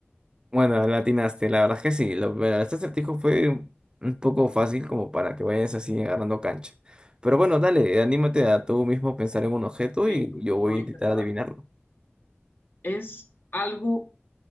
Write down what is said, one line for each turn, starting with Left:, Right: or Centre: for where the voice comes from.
Right: Bueno, la atinaste, la verdad es que sí. Lo- bueno, este acertijo fue un un poco fácil como para que vayas así agarrando cancha. Pero bueno, dale, anímate a tú mismo pensar en un objeto
Left: que
Right: y
Left: lo
Right: yo voy
Left: lo voy
Right: a intentar
Left: a intentar.
Right: adivinarlo.
Left: Es algo,